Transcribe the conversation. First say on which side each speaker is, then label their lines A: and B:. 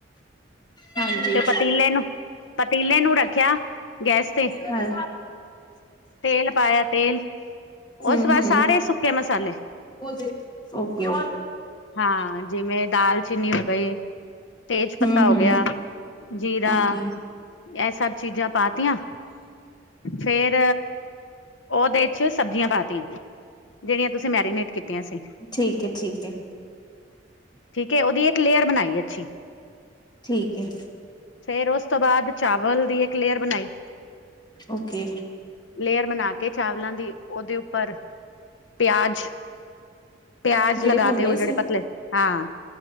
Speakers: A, on the left; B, on the left.
A: ਹਾਂਜੀ
B: ਤੇ
A: ਹਾਂ
B: ਪਤੀਲੇ ਨੂੰ, ਪਤੀਲੇ ਨੂੰ ਰੱਖਿਆ। ਗੈਸ ਤੇ
A: ਹਾਂ
B: ਤੇਲ ਪਾਇਆ ਤੇਲ,
A: ਹੂੰ-ਹੂੰ
B: ਉਸ ਬਾਅਦ ਸਾਰੇ ਸੁੱਕੇ ਮਸਾਲੇ।
A: ਓਕੇ-ਓਕੇ
B: ਹਾਂ ਜਿਵੇਂ ਦਾਲਚੀਨੀ ਹੋ ਗਈ ਤੇਜ ਪੱਤਾ
A: ਹੂੰ-ਹੂੰ
B: ਹੋ ਗਿਆ ਜੀਰਾ
A: ਓਕੇ
B: ਇਹ ਸਭ ਚੀਜ਼ਾਂ ਪਾ ਤੀਆਂ ਫੇਰ, ਉਹਦੇ ਚ ਸਬਜ਼ੀਆਂ ਪਾਤੀਆਂ। ਜਿਹੜੀਆਂ ਤੁਸੀਂ ਮੈਰੀਨੇਟ ਕੀਤੀਆਂ ਸੀ।
A: ਠੀਕ ਏ ਠੀਕ ਏ।
B: ਠੀਕ ਹੈ ਉਹਦੀ ਇੱਕ ਲੇਅਰ ਬਣਾਈ ਅੱਛੀ।
A: ਠੀਕ ਏ।
B: ਫੇਰ ਉਸ ਤੋਂ ਬਾਅਦ ਚਾਵਲ ਦੀ ਇੱਕ ਲੇਅਰ ਬਣਾਈ।
A: ਓਕੇ
B: ਲੇਅਰ ਬਣਾ ਕੇ ਚਾਵਲਾਂ ਦੀ ਉਹਦੇ ਉਪ ਪਰ ਪਿਆਜ ਪਿਆਜ
A: ਜਿਹੜੇ
B: ਲਗਾ
A: ਭੁੰਨੇ
B: ਤੇ ਉਹ ਜਿਹੜੇ ਪਤਲੇ ਹਾਂ